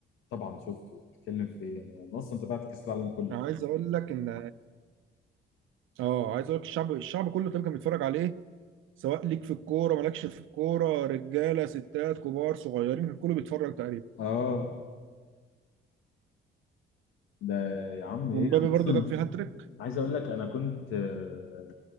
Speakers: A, on the left; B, on the right.
A: طبعا شفته بتتكلم في ايه انا أنا اصلا تابعت كاس العالم كله
B: انا عايز اقول لك ان اه عايز اقول لك الشعب الشعب كله تقريبا كان بيتفرج عليه سواء ليك في الكوره مالكش في الكوره رجاله ستات كبار صغيرين كله بيتفرج تقريبا
A: اه ده يا عم ايه
B: ومبابي
A: انا
B: برضو
A: اصلا
B: جاب فيه هاتريك
A: عايز اقول لك انا كنت آه،